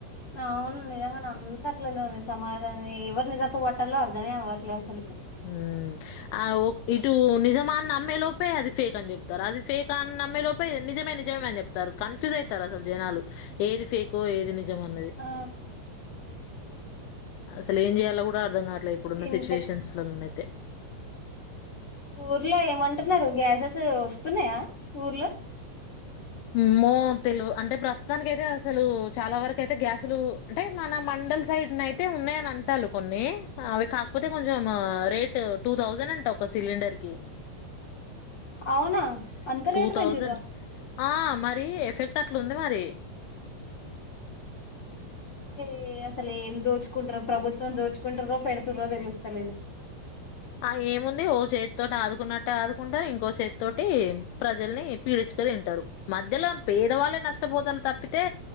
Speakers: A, on the left (about 30°); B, on the left (about 75°).
A: అవును నిజంగానే అంత అట్లనే ఉంది. సమాజాన్ని ఎవరి తప్పు పట్టాలో అర్థమ అవ్వట్లేదు. అసలు,
B: హుమ్మ్ ఆ ఓ ఇటు నిజమాన్ని నమ్మే లోపే అది ఫేక్ అని చెప్తారు అది ఫేక్ ఆ అన్ నమ్మే లోపే నిజమే నిజమేని చెప్తారు. కన్ఫ్యూజ్ చేస్తారు. అసలు జనాలు ఏది ఫేకో ఏది నిజ్, నిజమన్నది
A: ఆ
B: అసలు ఏం చేయాలో కూడా అర్థం కాట్ ఇట్ల ఇప్పుడున్న
A: ఇంత
B: సిట్యుయేషన్ లోన్నయితే
A: ఊర్లో ఏమంటున్నారు. గ్యాసెస్ వస్తున్నాయా ఊర్లో.
B: అమో తెలుగ్ అంటే ప్రస్తుతానికై అయితే అసలు చాలా వరకు అయితే గ్యాసులు అంటే మన మన్ కొండల్ సైడ్ అయితే ఉన్నాయని అంట కొన్ని అవి కాకపోతే కొంచెం రేట్ టూ థౌజండ్ అన్ ఒక సిలిండర్ కి
A: అవునా అంత
B: టూ
A: రేటు
B: తౌసండ్
A: పెంచిర్రా
B: ఆ మరి ఎఫెక్ట్ అట్లా ఉంది మరి.
A: ఏ అసలు ఏం దోచుకుంటారో ప్రభుత్వం, దోచుకుంటారో పెడుతుర్రో తెలుస్తాలేదు.
B: ఆ ఏముంది ఓ చేతితోటి ఆదుకున్నట్ ఆదుకుంటారు ఇంకొ చేతోటి ప్రజల్ని పీడిచుక తింటారు. మధ్యలో పేదవాళ్ళే నష్టం పొత్ నష్టపోతున్నారు. తప్పితే